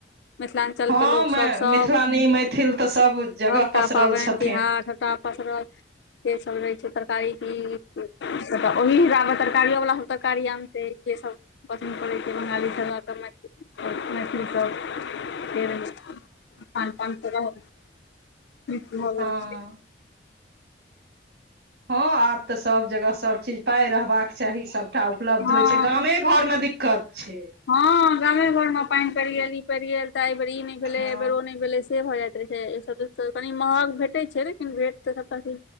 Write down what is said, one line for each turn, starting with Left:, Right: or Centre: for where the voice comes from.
Left: मिथिलाञ्चलके
Right: हँ
Left: लोकसभ सभ
Right: मिथिलानी मैथिल तऽ सभ जगह
Left: सभटा
Right: पसरल
Left: पाबैन
Right: छथिन
Left: तिहार सभ छटा पसरल से सब रहे छै तरकारी की तऽ ओहिब तरकारियोवला सभ तरकारी आनतै जेसभ पसन्द पड़ै छै बंगाली सभ तऽ मैओ मैथिलीसभ फेर पान पान त हो
Right: हँ
Left: छै
Right: हँ आब तऽ सब जगह सब चीज पाय रहबाक चाही सभटा उपलब्ध
Left: हँ
Right: होइ छै गामे घर मे दिक्कत छै
Left: हँ गामे घरमे पैन पड़ि गेल ई पड़ि गेल तऽ एहिबर ई नहि भेलै
Right: हँ
Left: एहिबेर ओ नहि भेलै से भए जाइत रहे छै सब कनी महग भेटे छै लेकिन भेट तऽ सबटा सी